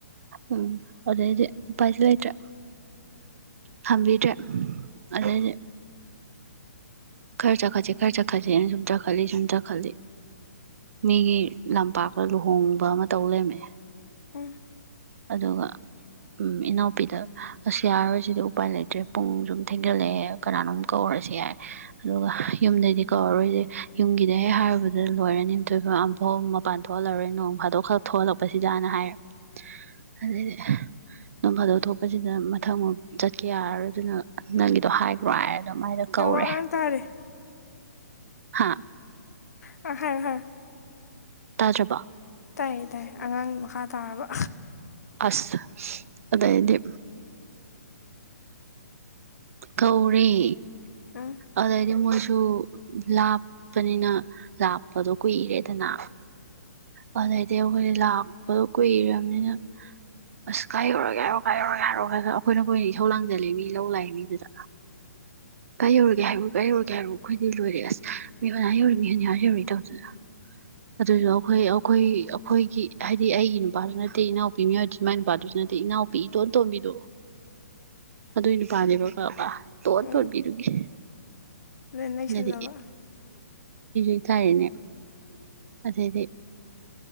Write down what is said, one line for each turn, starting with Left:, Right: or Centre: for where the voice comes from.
Right: ꯎꯝ ꯑꯗꯩꯗꯤ ꯎꯄꯥꯥꯏꯖꯨ ꯂꯩꯇ꯭ꯔꯦ꯫ ꯈꯥꯝꯕꯤꯗ꯭ꯔꯦ ꯑꯗꯩꯗꯤ ꯈꯔ ꯆꯠꯈꯠꯁꯤ ꯈꯔ ꯆꯠꯈꯠꯁꯤꯅ ꯁꯨꯝ ꯆꯈꯠꯂꯤ ꯁꯨꯝ ꯆꯈꯠꯂꯤ ꯃꯤꯒꯤ ꯂꯝꯄꯥꯛꯇ ꯂꯨꯍꯣꯡꯕ ꯑꯃ ꯇꯧ ꯂꯩꯔꯝꯃꯦ꯫
Left: ꯎꯝ꯫
Right: ꯑꯗꯨꯒ ꯎꯝ ꯏꯅꯥꯎꯄꯤꯗ ꯑꯁ ꯌꯥꯔꯔꯣꯏ ꯁꯤꯗꯤ ꯎꯄꯥꯏ ꯂꯩꯇ꯭ꯔꯦ ꯄꯨꯡ ꯁꯨꯝ ꯊꯦꯡꯖꯜꯂꯛꯑꯦ ꯀꯅꯥꯅꯣꯝ ꯀꯧꯔ ꯔꯁꯤ ꯌꯥꯔꯦ ꯑꯗꯨꯒ ꯌꯨꯝꯗꯩꯗꯤ ꯀꯧꯔꯔꯣꯏꯖꯤ ꯌꯨꯝꯒꯤꯗ ꯍꯦꯛ ꯍꯥꯏꯔꯨꯔꯗꯤ ꯂꯣꯏꯔꯅꯤ ꯑꯃꯨꯛꯇꯣꯏꯕ ꯐꯧ ꯃꯄꯥꯟ ꯊꯣꯛꯍꯜꯂꯔꯦ ꯅꯣꯡ ꯐꯥꯗꯣꯛ ꯈꯛ ꯊꯣꯛꯍꯜꯂꯛꯄꯁꯤꯗꯅ ꯍꯥꯏꯔ ꯑꯗꯩꯗꯤ ꯅꯣꯡ ꯐꯥꯗꯣꯛ ꯊꯣꯛꯄꯁꯤꯗ ꯃꯊꯪ ꯃꯨꯛ ꯆꯠꯀꯦ ꯌꯥꯔꯔꯣꯏ ꯑꯗꯨꯅ ꯅꯪꯒꯤꯗꯣ ꯍꯥꯏꯒ꯭ꯔꯣ ꯍꯥꯏꯔꯦ꯫ ꯑꯗꯨꯃꯥꯏꯅ ꯀꯧꯔꯦ꯫
Left: ꯑ ꯋꯥ ꯑꯉꯥꯡ ꯇꯥꯔꯦ
Right: ꯍꯥ
Left: ꯑ ꯍꯥꯥꯏꯖꯣ ꯍꯥꯥꯢꯖꯣ꯫
Right: ꯇꯥꯖꯕ
Left: ꯇꯥꯏꯌꯦ ꯇꯥꯏꯌꯦ ꯑꯉꯥꯡ ꯃꯈꯥ ꯇꯥꯔꯕ
Right: ꯑꯁ ꯑꯗꯥꯏꯗꯤ ꯀꯧꯔꯤ
Left: ꯎꯝ
Right: ꯑꯗꯤ ꯃ ꯁꯨ ꯂꯥꯞꯄꯅꯤꯅ ꯂꯥꯞꯄꯗꯣ ꯀꯨꯏꯔꯦꯗꯅ ꯑꯗꯨꯗꯩꯗꯤ ꯑꯩꯈꯣꯏꯗꯤ ꯂꯥꯛꯄꯗꯣ ꯀꯨꯏꯔꯕꯅꯤꯅ ꯑꯁ ꯀꯥꯏ ꯌꯧꯔꯒ ꯌꯥ ꯍꯥꯏꯔꯣ ꯀꯥꯏ ꯌꯧꯔꯒ ꯌꯥ ꯍꯥꯏꯔꯣ ꯈ ꯈ ꯑꯩꯈꯣꯏꯅ ꯀꯈꯣꯏꯅ ꯏꯧ ꯂꯥꯡꯁꯤꯜꯂꯤꯦ ꯃꯤ ꯂꯧ ꯂꯥꯛꯑꯦ ꯃꯤꯗꯨꯗ ꯀꯩ ꯌꯧꯔꯒꯦ ꯍꯥꯏꯕꯕꯨꯣ ꯀꯥꯏ ꯌꯧꯔꯒꯦ ꯍꯥꯏꯕꯕꯨ ꯑꯩꯈꯣꯏꯗꯤ ꯂꯣꯏꯔꯦ ꯑꯁ ꯃꯤ ꯃꯌꯥ ꯌꯧꯔꯦ ꯃꯤ ꯍꯅꯤꯌꯥ ꯌꯧꯔꯔꯤ ꯇꯧꯗꯅ ꯑꯗꯨꯁꯨ ꯑꯩꯈꯣꯏ ꯑꯩꯈꯣꯏ ꯑꯩꯈꯣꯏꯒꯤ ꯍꯥꯏꯗꯤ ꯑꯩꯒꯤ ꯅꯨꯄꯥꯁꯨ ꯅꯠꯇꯦ ꯏꯅꯥꯎꯄꯤ ꯃꯤꯑꯣꯏꯗꯨ ꯏꯃꯥꯏ ꯅꯨꯄꯥꯗꯨꯁꯨ ꯅꯠꯇꯦ ꯑ ꯏꯅꯥꯎꯄꯤ ꯏꯇꯣꯟꯇꯣꯝꯕꯤꯗꯨ ꯑꯗꯨꯏ ꯅꯨꯄꯥꯅꯦꯕ ꯀꯕ ꯇꯣꯠ
Left: ꯎꯝ
Right: ꯇ ꯑꯣꯠꯕꯤꯗꯨꯒꯦ
Left: ꯅ ꯅꯩꯁꯜꯂꯕ
Right: ꯑꯗꯤ ꯎ ꯀꯥꯅꯦ ꯑꯗꯦꯗꯤ